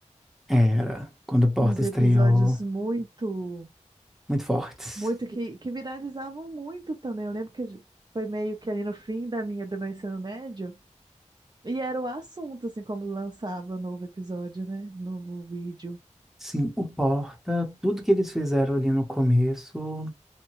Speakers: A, in the centre; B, on the right.
A: Era, quando o Porta
B: Uns
A: estreou,
B: episódios muito.
A: muito fortes.
B: Muito que, que viralizavam muito também. Eu lembro que foi meio que ali no fim da minha, do meu ensino médio. E era o assunto, assim, como lançava novo episódio, né? Novo vídeo.
A: Sim, o Porta, tudo que eles fizeram ali no começo